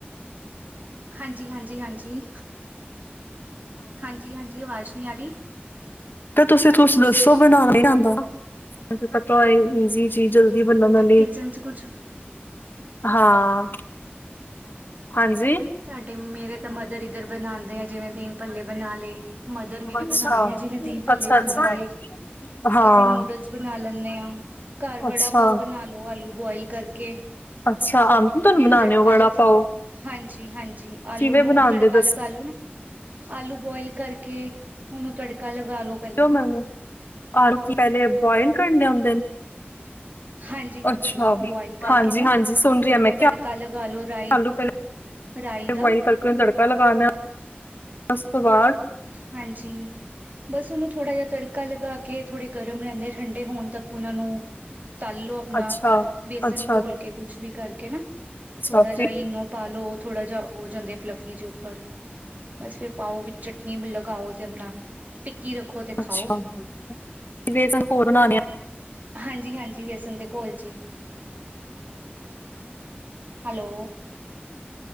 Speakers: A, on the right; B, on the left.
A: ਹਾਂਜੀ -ਹਾਂਜੀ -ਹਾਂਜੀ। ਹਾਂਜੀ -ਹਾਂਜੀ ਆਵਾਜ਼ ਨੀ ਆ ਰਹੀ।
B: ਤੇ ਤੁਸੀਂ ਤੁਛ ਦੱਸੋ ਬਣਾਉਣਾ ਹੀ ਨੀਆਉਂਦਾ। ਅੇ ਪਤਾ ਹੋਏ ਇਜੀ਼ ਚੀਜ਼ ਜਲਦੀ ਬੰਨਨ ਵਾਲੀ
A: ਕਿਚਨ
B: ਵੲ ਏ।
A: ਚ ਕੁਛ
B: ਹਾਂ ਹਾਂਜੀ।
A: ਸਾਡੇ ਮੇਰੇ ਤਾਂ ਮਦਰ ਇੱਧਰ ਬਣਾਉਂਦੇ ਆ ਜਿਵੇਂ ਦੀ ਪੱਲੇ ਬਣਾ ਲਏ ਮਦਰ ਮੇਰੇ
B: ਅੱਛਾ
A: ਬਣਾਉਂਦੇ ਆ ਜਿਵੇਂ ਦਹੀਂ ਪੱਲੇ
B: ਅੱਛਾ
A: ਬਣਾ
B: ਅੱਛਾ
A: ਲਏ।
B: ਹਾਂ
A: ਅਸੀਂ ਨੂਡਲਸ ਬਣਾ ਲੈਂਨੇ ਹਾਂ ਘਰ ਵੜਾ
B: ਅੱਛਾ
A: ਪਾਓ ਬਣਾ ਲੋ ਆਲੂ ਬੁਇਲ ਕਰਕੇ।
B: ਅੱਛਾ ਆਂਦਾ ਤੁਹਾਨੂੰ
A: ਉਹਨੂੰ
B: ਬਣਾਉਣੇ
A: ਤੜਕਾ
B: ਹੋ ਬੜਾ
A: ਲਗ
B: ਪਾਓ?
A: ਹਾਂਜੀ ਹਾਂਜੀ ਆਲੂ
B: ਕਿਵੇਂ
A: ਨੂੰ
B: ਬਣਾਂਦੇ
A: ਤੜਕਾ
B: ਦੱਸਿਓ
A: ਲਗਾ ਆਲੂ ਨੂੰ ਆਲੂ ਬੋਇਲ ਕਰਕੇ ਉਹਨੂੰ ਤੜਕਾ ਲਗਾ ਲਓ।
B: ਕਿਉ ਮੈ ਆ ਪਹਿਲੇ ਬਆਇਲ ਕਰਨੇ ਹੁੰਂਦੇ ਨੇ?
A: ਹਾਂਜੀ ਹਾਂਜੀ
B: ਅੱਛਾ ਵੀ
A: ਬੁਆਇਲ ਕਰਕੇ
B: ਹਾਂਜੀ-ਹਾਂਜੀ
A: ਨਾ
B: ਸੁਣ ਰਹੀ
A: ਉਹਨੂੰ
B: ਹਾਂ ਮੈਂ
A: ਤੜਕਾ
B: ਕਿਆ ਚ
A: ਲਗਾ ਲੋ ਰਾਈ
B: ਪਹਿਲਾਂ ਬਆਇਲ
A: ਰਾਈ ਦਾ
B: ਕਰਕੇ ਨੂੰ ਤੜਕਾ ਲਗਾਾਨਣਾ ਉਸ ਤੋਂ ਬਾਅਦ
A: ਹਾਂਜੀ। ਬਸ ਉਹਨੂੰ ਥੋੜ੍ਹਾ ਜਿਹਾ ਤੜਕਾ ਲਗਾ ਕੇ ਥੋੜੇ ਗਰਮ ਰਹਿੰਦੇ ਠੰਡੇ ਹੋਣ ਤੱਕ ਉਹਨਾਂ ਨੂੰ ਤਲ ਲੋ ਆਪਣਾ
B: ਅੱਛਾ,
A: ਬੇਸਣ
B: ਅੱਛਾ,
A: ਘੋਲ ਕੇ ਕੁਛ ਵੀ ਕਰਕੇ ਨਾ।
B: ਅੱਛਾ
A: ਥੋੜਾ
B: ਫਿਰ
A: ਜਿ ਇਨੋ ਪਾ ਲੋ ਥੋੜਾ ਜਿਹਾ ਹੋ ਜਾਂਦੇ ਫਲੱਫੀ ਜੋ। ਉੱਪਰ ਬਸ ਫਿਰ ਪਾਓ ਵਿੱਚ ਚਟਨੀ ਲਗਾਓ ਤੇ ਆਪਣਾ ਟਿਕਿ ਰੱਖੋ ਤੇ ਖਾਓ
B: ਅੱਛਾ ਕਿਵੇ ਸਾਨੂੰ ਹੋਰ ਬਣਾਉਣੇ ਆ। <inaudible>
A: ਹਾਂਜੀ-ਹਾਂਜੀ ਵੇਅਸਨ ਦੇ ਕੋਲ ਚੀ। ਹੈਲੋ।